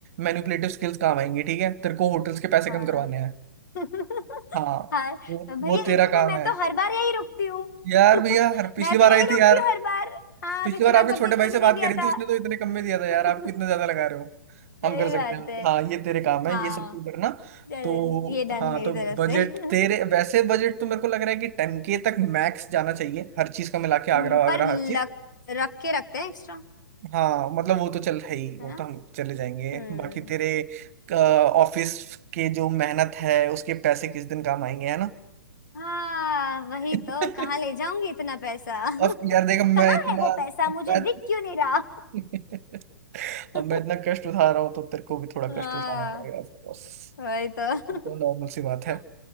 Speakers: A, on the right (about 40°); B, on the left (about 55°).
A: मैनिपुलेटिव स्किल्स काम आएंगी ठीक है तेरे को होटल्स के पैसे
B: हाँ
A: कम करवाने हैं
B: <laughs>
A: हाँ
B: हर
A: वो
B: भैया
A: वो तेरा
B: इतने
A: काम
B: मैं
A: है
B: तो हर बार यही रुकती हूँ
A: यार
B: <laughs>
A: भैया हर पिछली
B: मैं
A: बार
B: तो
A: आई
B: यही
A: थी
B: रुकती
A: यार
B: हूँ हर बार हाँ
A: पिछली
B: पिछली
A: बार
B: बार
A: आपके
B: तो आपने
A: छोटे
B: इतने
A: भाई से
B: में
A: बात
B: दे दिया
A: करी
B: था
A: थी उसने तो इतने कम में दिया था यार
B: <laughs>
A: आप कितना ज्यादा लगा रहे हो
B: सही
A: हम कर सकते
B: बात
A: हैं
B: है
A: हाँ ये तेरे काम
B: हाँ
A: है ये सब तू करना
B: चल,
A: तो
B: ये डन
A: हाँ
B: मेरी
A: तो
B: तरफ
A: बजट
B: से <laughs>
A: तेरे वैसे बजट तो मेरे को लग रहा है कि टेन के तक मैक्स जाना चाहिए हर चीज का मिला के आगरा
B: हम्म,
A: वागरा
B: पर लक,
A: हर चीज
B: रख के रखते हैं एक्स्ट्रा
A: हाँ मतलब वो तो चल है ही वो
B: है ना
A: तो हम चले जाएंगे
B: हम्म
A: बाकी तेरे ऑफिस के जो मेहनत है उसके पैसे किस दिन काम आएंगे है ना
B: हाँ वही
A: <laughs>
B: तो कहाँ ले जाऊंगी इतना पैसा <laughs>
A: अब यार देखो मैं
B: कहाँ
A: इतना
B: है वो पैसा मुझे
A: मैं
B: दिख क्यों नहीं रहा
A: <laughs> अब
B: <laughs>
A: मैं इतना कष्ट उठा रहा हूँ तो तेरे को भी थोड़ा
B: हाँ
A: कष्ट उठाना पड़ेगा ऑफ कोर्स
B: वही तो
A: ये तो
B: <laughs>
A: नॉर्मल सी बात है